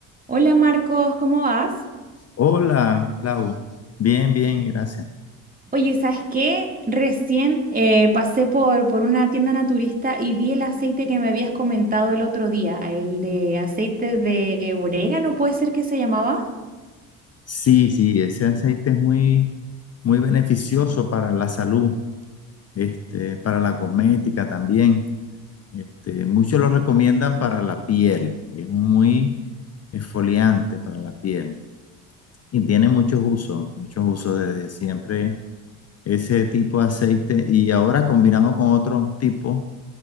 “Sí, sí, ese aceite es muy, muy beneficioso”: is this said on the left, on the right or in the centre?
Left